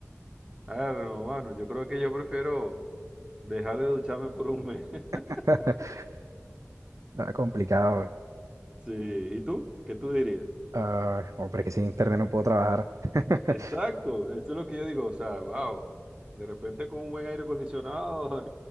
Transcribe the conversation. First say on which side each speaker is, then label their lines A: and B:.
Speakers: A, on the right; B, on the right.
A: Ah, no, mano, yo creo que yo prefiero dejar de ducharme por un mes. <laughs>
B: <laughs> Ah, complicado. eh.
A: Sí, ¿y tú? ¿Qué tú dirías?
B: Ah, no, pero es que sin internet no puedo trabajar. <laughs>
A: Exacto, eso es lo que yo digo, o sea, wow, de repente con un buen aire acondicionado